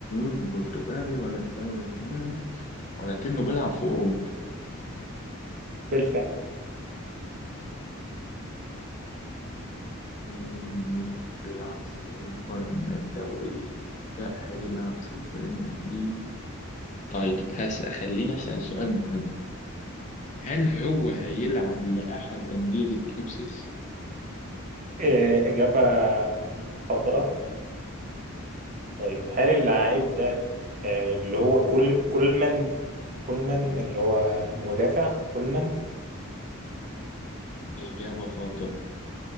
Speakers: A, on the left (about 35°); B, on the right (about 35°).
A: البرتغالي ولا الدوري ال- ولكنه بيلعب في أوروبا
B: بالفعل
A: مين مين بيلعب في أوروبا لما الدوري ده هيلعب في البريمير ليج طيب هس خليني أسأل سؤال محدد هل هو هيلعب لأحد أندية التوب 6
B: آه إجابة خاطئة طيب هل اللعيب ده آه، اللي هو كل كولمان كولمان اللي هو المدافع كولمان
A: إجابة خاطئة